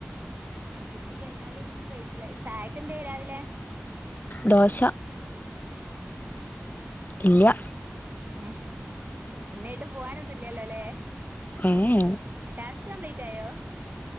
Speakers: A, on the right; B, on the left.
A: കിട്ടി കയ്ഞ്ഞാല് കയ്ച്ചിലായി. ചായക്ക് എന്തേ രാവിലെ?
B: ദോശ ഇല്യ
A: ഏ പിന്നെ ഏട്ടും പോവാനൊന്നുല്യല്ലോ ലേ
B: ഏ എ
A: ടാസ്ക് കംപ്ലീറ്റായോ?